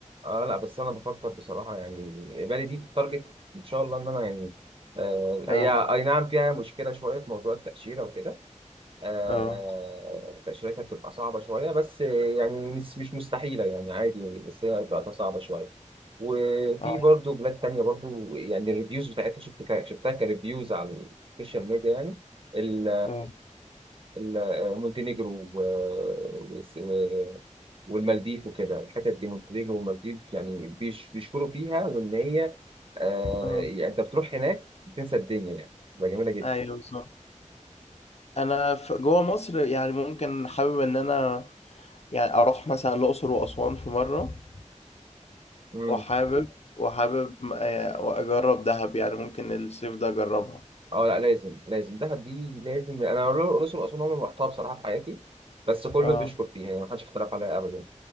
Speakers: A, on the right; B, on the left.
A: اه لا بس أنا بفكر بصراحة يعني بالي دي في التارجت إن شاء الله إن أنا يعني آه
B: اه
A: هي أي نعم فيها مشكلة شوية في موضوع التأشيرة وكده آه،
B: اه
A: تأشيرتها بتبقى صعبة شوية بس يعني مش مش مستحيلة يعني عادي يعني، بس هي بتبقى صعبة شوية وفي
B: اه
A: برضو بلاد تانية برضو يعني الريفيوز بتاعتها شفت ك- شفتها كريفيوز على السوشيال ميديا يعني ال
B: اه
A: ال- مونتينيجرو و- وس- و- والمالديف وكده الحتت دي مونتينيجرو والمالديف يعني بيش- بيشكروا فيها لأن هي آه،
B: اه
A: يعني أنت بتروح هناك بتنسى الدنيا يعني بقى جميلة
B: ايوه بالظبط انا في جوه مصر يعني ممكن حابب ان انا يعني اروح مثلا الاقصر واسوان في مره
A: جدا
B: وحابب وحابب آه، اجرب دهب يعني ممكن الصيف ده اجربها
A: اه لا لازم لازم دهب دي لازم انا الاقصر واسوان عمري ما رحتها بصراحه في حياتي بس كله
B: اه
A: بيشكر فيها يعني محدش اختلف عليها ابدا